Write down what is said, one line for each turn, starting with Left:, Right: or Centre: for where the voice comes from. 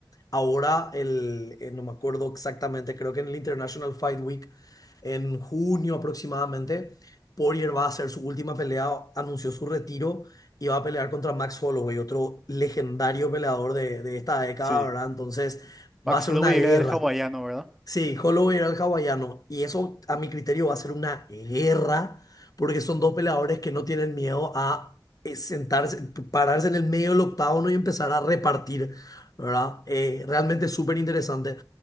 Left: ahora, el, eh, no me acuerdo exactamente, creo que en el International Fight Week, en junio aproximadamente, Poirier va a hacer su última pelea, anunció su retiro y va a pelear contra Max Holloway, otro legendario peleador de, de esta década,
Centre: sí.
Left: ¿verdad? Entonces
Centre: Max
Left: va a ser
Centre: Holloway
Left: una guerra.
Centre: era el hawaiano, ¿verdad?
Left: Sí, Holloway era el hawaiano. Y eso, a mi criterio, va a ser una guerra, porque son dos peleadores que no tienen miedo a eh, sentarse, p- pararse en el medio del octágono y empezar a repartir, ¿verdad? Eh, realmente es súper interesante.